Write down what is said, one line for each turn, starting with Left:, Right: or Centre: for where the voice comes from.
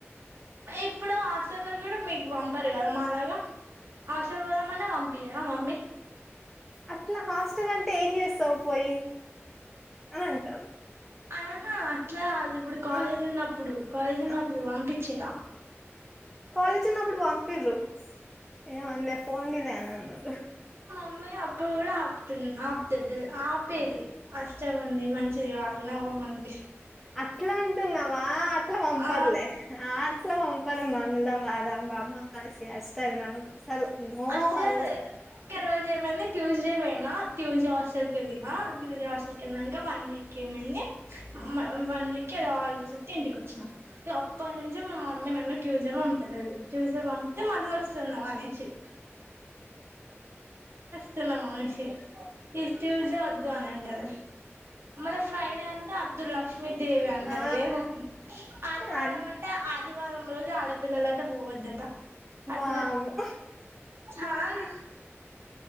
Right: ఇప్పుడు హాస్టలో కూడా మీకు పంపరు కదా మాలాగా హాస్టల్ పోదామన్న పంపియ్యదా మమ్మీ
Centre: అట్లా హాస్టల్ అంటే ఏం చేస్తావ్ పోయి అని అంటారు
Right: ఆహా అట్లా కాదు ఇప్పుడు కాలేజ్
Centre: ఆ
Right: ఉన్నప్పుడు కాలేజ్ ఉన్నప్పుడు
Centre: ఆ
Right: పంపించిన్రా
Centre: కాలేజ్ ఉన్నప్పుడు పంపిన్రు ఏమనలే పొండిలే అని అన్నారు
Right: అమ్మే అప్పుడు కూడా ఆపుతుంది ఆపుతది ఆపేది అష్టం ఉంది మంచి కాదు నవమని
Centre: అట్లా అంటున్నావా అట్లా పంపదులే
Right: ఆ
Centre: ఆ పంపదు మంగళవారం అమావాస్య అష్టమి నవమి అసలు నో
Right: అస్సలు
Centre: అల్లం
Right: ఒక రోజు ఏమైంది ట్యూస్డే పోయినా ట్యూస్డే హాస్టల్కెలిన ఆ ట్యూస్డే హాస్టల్ కి ఎల్లినంక వన్ వీక్ ఏమైంది వన్ వీక్ ఏదో హాలిడేస్ యిస్తే ఇంటికొచ్చిన ఇగ అప్పటినుంచి మా మమ్మీ నన్ను ట్యూస్డే పంపి ట్యూస్డే పంపితే మళ్ళా వస్తున్నావు అనేసి స్తున్న మనిషి ఈ ట్యూస్డే వద్దు అని అంటది మళ్ళ ఫ్రైడే అంటె అద్దుల లక్ష్మీదేవి అంటది
Centre: ఆ
Right: ఏదో ఆదివారం
Centre: అన్
Right: అంటే ఆది ఆదివారం రోజు ఆడపిల్లలట పోవద్దట
Centre: వామ్మో
Right: అట్లా చాలా